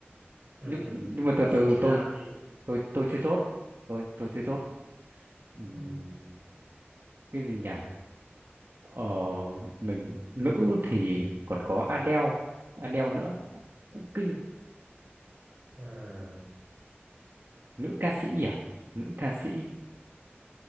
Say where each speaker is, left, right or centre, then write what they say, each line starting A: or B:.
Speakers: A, on the right; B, on the right.
A: Ừm,
B: nhưng nhưng mà từ
A: ca sĩ
B: từ
A: Thúy
B: tôi
A: Lan thì
B: tôi tôi chưa chốt tôi tôi chưa chốt Ừm,
A: ừm hứm,
B: cái gì nhỉ ờ mình nữ thì còn có Adele Adele nữa cũng kinh
A: ừm,
B: nữ ca sĩ à nữ ca sĩ